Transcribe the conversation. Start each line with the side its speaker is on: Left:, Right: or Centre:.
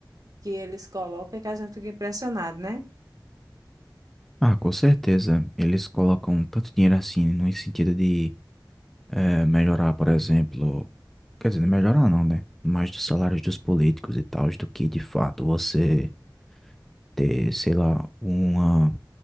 Right: que eles colocam que a gente fica impressionado, né?
Centre: Ah, com certeza. Eles colocam tanto dinheiro assim, no sentido de eh, melhorar, por exemplo, quer dizer, melhorar não, né? Mais dos salários dos políticos e tal, do que de fato você ter, sei lá, uma,